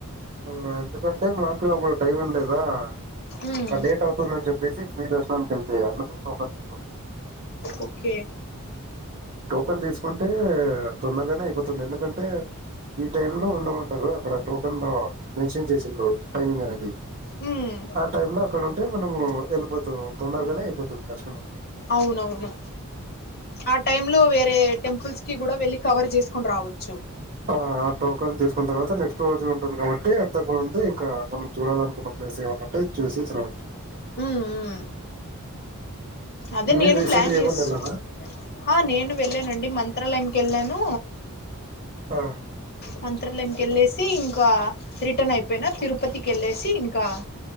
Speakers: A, on the right; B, on the left.
A: ఆ ఎందుకంటే మాకు అప్పుడు టైం ఉండేదా
B: ఉమ్
A: ఇంక లేట్ అవుతుందని చెప్ ప్రజీ ఫ్రీ దర్శనానికి వెళ్తే అందుకు టోకన్ తీసుకుం
B: ఓకే
A: టోకెన్ తీసుకుంటే తొందరగానే అయిపోతుంది. ఎందుకంటే ఈ టైం లో ఉండమంటారు. అక్కడ టోకెన్ మెన్షన్ చేసిండ్రు టైమింగ్ అది
B: ఉమ్
A: ఆ టైమ్ లోక్కడ ఉన్ అంటే మనము వెళ్ళిపోతుం తొందరగానే అయిపోతుంది దర్సనం.
B: అవునవును ఆ టైమ్ లో వేరే టెంపుల్స్ కి కూడా వెళ్ళి కవర్ చేసుకుని రావద్
A: ఆ ఆ టోకెన్ తీసుకున్న తర్వాత నెక్స్ట్ రోజు టుంది కాబట్టి అంతకుముందు ఇంకా మనం చూడాలనుకున్న ప్లేస్ ఏమన్న ఉంటే చూసేసిరవచ్చు.
B: ఉమ్ ఉ అదే
A: మీరు
B: నేను
A: రీసెంట్గా
B: ప్లాన్ చేస్
A: ఏమన్నా వెళ్ళారా
B: ఆ నేను వెళ్ళానండి. మంత్రాలయంకి వెళ్ళాను.
A: ఆ
B: మంత్రాలయంకి వెళ్ళేసి ఇంకా రిటర్న్ అయిపోయిన. తిరుపతికి వెళ్ళేసి ఇంకా